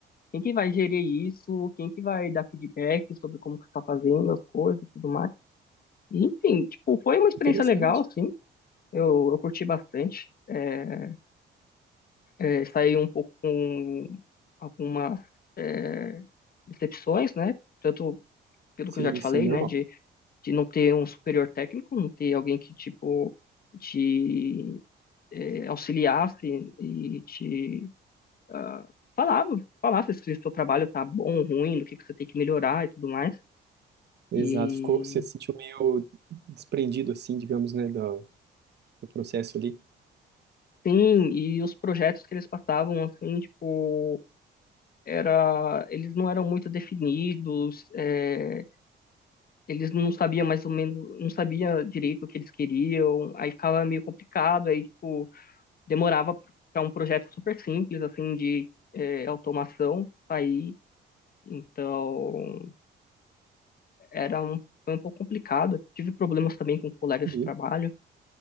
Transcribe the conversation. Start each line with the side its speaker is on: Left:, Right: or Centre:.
Left: quem que vai gerir isso? Quem que vai dar feedback sobre como que você tá fazendo as coisas e tudo mais? E, enfim, tipo, foi uma experiência
Right: Interessante.
Left: legal, assim. Eu, eu curti bastante. É, é, saí um pouco com algumas é, decepções, né? Tanto pelo
Right: Sim,
Left: que eu já te falei,
Right: sim, normal.
Left: né? De, de não ter um superior técnico, não ter alguém que, tipo, te eh, auxiliasse e te ah, falava, falasse se o seu trabalho tá bom, ruim, do que que você tem que melhorar e tudo mais.
Right: Exato,
Left: E
Right: ficou, você se sentiu meio desprendido, assim, digamos, né, do, do processo ali.
Left: sim, e os projetos que eles passavam assim, tipo, era, eles não eram muito definidos, eh, eles não sabiam mais ou menos, não sabia direito o que eles queriam, aí ficava meio complicado, aí tipo, demorava para um projeto super simples assim de eh, automação sair. Então, era um, foi um pouco complicado. Tive problemas também com colegas
Right: Entendi.
Left: de trabalho